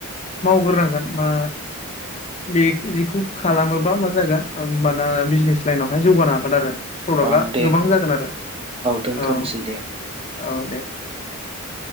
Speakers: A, on the left (about 30°); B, on the right (about 25°).
A: मावग्रोनांगोन मा बे जिखौ खालामोबा मा जागोन होनबाना बिजनेस लाइनावहाय जौगानो हागोन आरो प्रडाक्टआ
B: औ दे
A: गोबां जागोन आरो
B: दोनथ'नोसै
A: औ
B: दे।
A: औ दे
B: उम